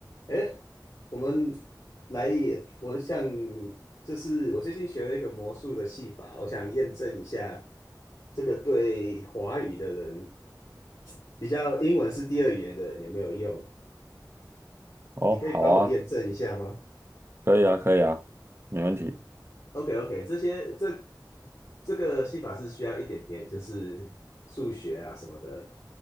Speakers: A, on the left; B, on the right.
A: 哎，我们来也，我想就是我最近学了一个魔术的戏法，我想验证一下这个对华语的人，比较英文是第二语言的人有没有用？
B: 哦，
A: 你可以帮我验证一下吗
B: 好啊，可以啊，可以啊，没问题。
A: ？OK OK，这些这这个戏法是需要一点点就是数学啊什么的，